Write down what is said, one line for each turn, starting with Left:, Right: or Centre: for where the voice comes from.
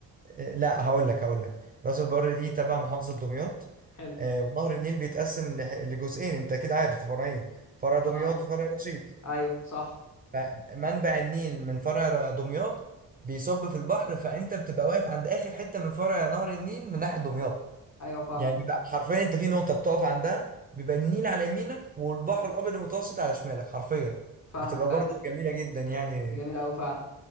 Right: آه، لا هقول لك هقول لك راس البر دي تبع محافظه دمياط
Left: حلو
Right: آه، ونهر النيل بيتقسم لح- لجزئين انت اكيد عارف فرعين فرع دمياط
Left: اه
Right: وفرع رشيد
Left: ايوه صح
Right: فمنبع النيل من فرع ر- دمياط بيصب في البحر فانت بتبقى واقف عند اخر حته من فرع نهر النيل من ناحيه دمياط
Left: ايوه فاهمك
Right: يعني بيبقى حرفيا انت في نقطه بتقف عندها بيبقى النيل على يمينك والبحر الابيض المتوسط على شمالك حرفيا
Left: فاهمك
Right: بتبقى برضو
Left: ايوه
Right: جميله جدا يعني
Left: دي جميله قوي فعلا